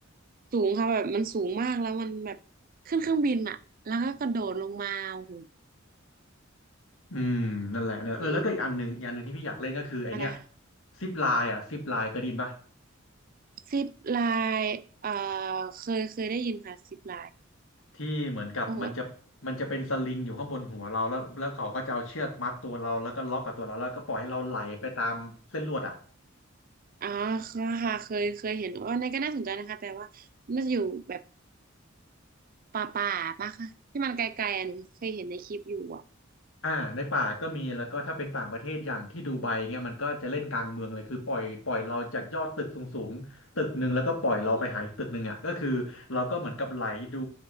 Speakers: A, on the right; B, on the left.
A: สูงค่ะแบบมันสูงมากแล้วมันแบบขึ้นเครื่องบินอะแล้วก็กระโดดลงมาโอ้โห
B: อืมนั่นแหละนั่นแหละเออแล้วก็อีกอันหนึ่งอีกอันหนึ่งที่พี่อยากเล่นก็คือไอเนี้ย
A: อืมอะไรค่ะ
B: ซิปไลน์อ่ะซิปไลน์เคยได้ยินปะ
A: ซิปไลน์เอ่อเคยเคยได้ยินค่ะซิปไลน์
B: ที่เหมือนกับมันจะมันจะเป็นสลิงอยู่ข้างบนหัวเราแล้วแล้วเขาก็จะเอาเชือกมัดตัวเราแล้วก็ล็อกกับตัวเราแล้วก็ปล่อยให้เราไหลไปตามเส้นลวดอ่ะ
A: โอ้อ๋อค่ะเคยเคยเห็นว่าในก็น่าสนใจนะคะแต่ว่าน่าจะอยู่แบบ ป่าป่าป่ะคะที่มันไกลๆอ่ะหนูเคยเห็นในคลิปอยู่อ่ะ
B: อ่าในป่าก็มีแล้วก็ถ้าเป็นต่างประเทศอย่างที่ดูไบเงี้ยมันก็จะเล่นกลางเมืองเลยคือปล่อยปล่อยเราจากยอดตึกสูงสูงตึกหนึ่งแล้วก็ปล่อยเราไปหาอีกตึกหนึ่งอ่ะก็คือเราก็เหมือนกับไหลดู
A: โอ้โห